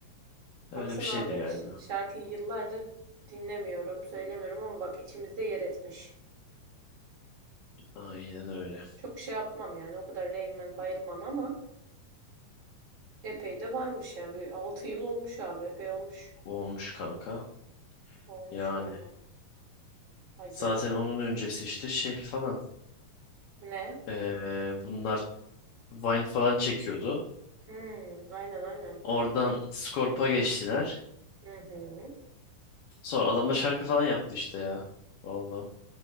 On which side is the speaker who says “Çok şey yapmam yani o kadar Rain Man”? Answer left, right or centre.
Right